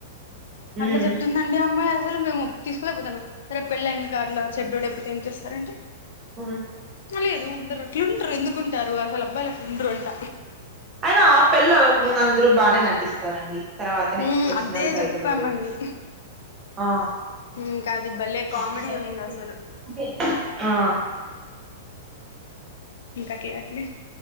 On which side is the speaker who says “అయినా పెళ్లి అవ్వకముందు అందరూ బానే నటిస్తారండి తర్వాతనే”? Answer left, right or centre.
Right